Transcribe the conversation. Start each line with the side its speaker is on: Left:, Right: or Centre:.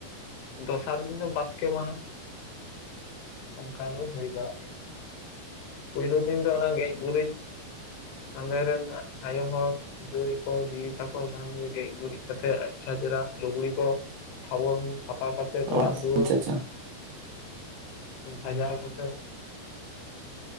Left: ᱫᱚᱥᱟᱨ ᱫᱤᱱ ᱫᱚ ᱵᱟᱥᱠᱮ ᱢᱟᱦᱟ, ᱚᱱᱠᱟ ᱜᱮ ᱦᱩᱭ ᱵᱟᱲᱟᱜ ᱜᱮᱭᱟ᱾ ᱯᱳᱭᱞᱳ ᱫᱤᱱ ᱫᱚ ᱟᱞᱟᱝ ᱜᱮᱡ ᱜᱩᱨᱤᱡ ᱟᱞᱮ ᱨᱮᱱ ᱟᱭᱳ ᱦᱚᱲ ᱫᱟᱹᱭ ᱠᱚ ᱫᱤ ᱛᱟᱠᱚ ᱥᱟᱱᱟᱢ ᱜᱮ ᱜᱮᱡ ᱜᱩᱨᱤᱡ ᱠᱟᱛᱮᱜ ᱟᱪᱪᱷᱟ ᱪᱮᱦᱨᱟ ᱞᱩᱜᱽᱲᱤ ᱠᱚ ᱥᱟᱵᱚᱱ ᱥᱟᱯᱷᱟ ᱠᱟᱛᱮᱫ, ᱚᱲᱟᱜ
Right: ᱚ
Left: ᱫᱩᱣᱟᱹᱨ
Right: ᱟᱪᱪᱷᱟ ᱟᱪᱪᱷᱟ
Left: ᱩᱱ ᱥᱟᱡᱟᱣ ᱠᱟᱛᱮᱫ